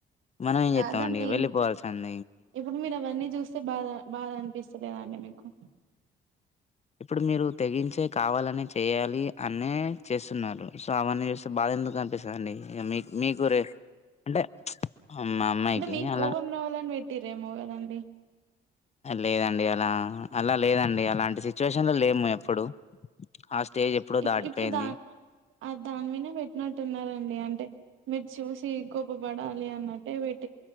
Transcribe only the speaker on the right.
కాదండి
ఇప్పుడు మీరు అవన్నీ చూస్తే బాధ బాధ అనిపిస్తలేదాండి మీకు
అంటే మీకు
కోపం రావాలని పెట్టిరేమోకదండి
ఇప్పుడు
ఇప్పుడు దా దాని మీద పెట్టినట్టున్నారండి అంటే మీరు చూసి గొప్ప పడాలి అన్నట్టేట్